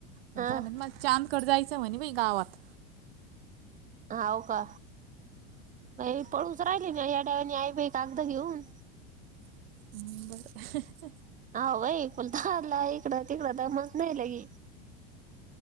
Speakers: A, on the right; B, on the right.
A: पण
B: हा
A: काय म्हणे म चांदकडं जायचं म्हणे मी गावात
B: हाव का मी पळू. राहिले ना या डाळयानी आई बाई कागदं घेऊन.
A: बरं.
B: हा व्हय फुलतालाय. तिकडं तिकडं तर मस नाही लय.